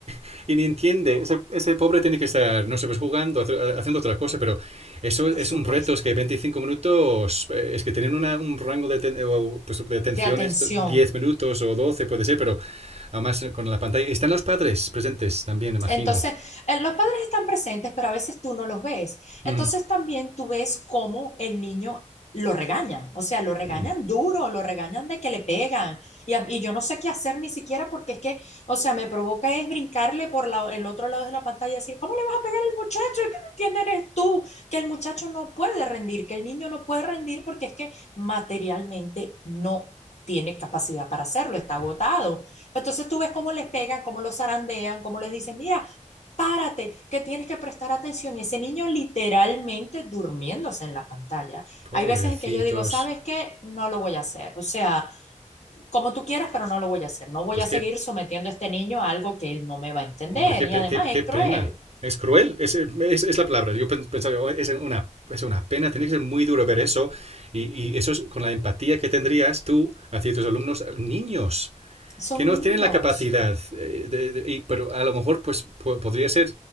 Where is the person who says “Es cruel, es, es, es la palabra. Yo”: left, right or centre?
Right